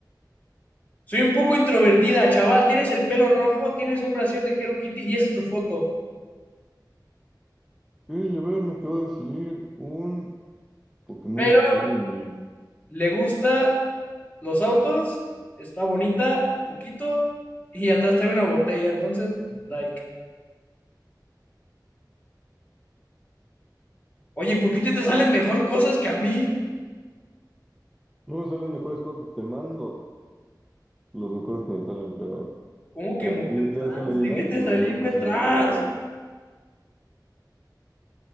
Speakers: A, on the left; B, in the centre.
A: Soy un poco introvertida, chaval. Tienes el pelo rojo, tienes un brasier de Hello Kitty y esa es tu foto.
B: Y a ver, me acaba de salir un Pokémon
A: Pero
B: Shiny.
A: le gusta los autos, está bonita, poquito, y atrás trae una botella. Entonces, like, oye, ¿por qué a ti te salen mejor cosas que a mí?
B: No me salen mejores cosas, te mando los mejores que me salen, pero, o
A: ¿Cómo que
B: sea,
A: mujer
B: literal
A: trans?
B: sale D-Like
A: Dejen de
B: y en
A: salirme
B: inmediato me salió
A: trans.
B: esta otra morra.